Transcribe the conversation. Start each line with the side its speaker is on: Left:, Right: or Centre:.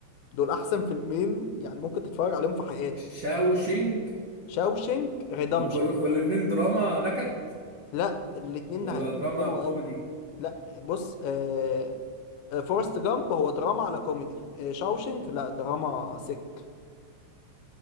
Left: دول احسن فيلمين يعني ممكن تتفرج عليهم في حياتك
Right: شاوشينج
Left: شاوشينج ريدمشن
Right: وكل والاتنين دراما نكد
Left: لا الاتنين
Right: ولا
Left: نهايتهم
Right: دراما
Left: حلوه
Right: كوميدي
Left: قوي لا بص آه، فورست جامب هو دراما على كوميدي شاوشنك لا دراما سك